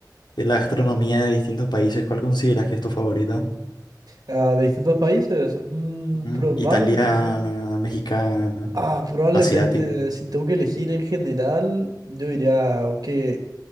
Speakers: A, on the left (about 80°); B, on the right (about 60°).
A: De la gastronomía de distintos países, ¿cuál consideras que es tu favorita?
B: ah, de distintos países, mm,
A: Ujú.
B: probable,
A: Italiana,
B: mm,
A: mexicana,
B: ah, probablemente,
A: asiática.
B: si tengo que elegir en general, yo diría que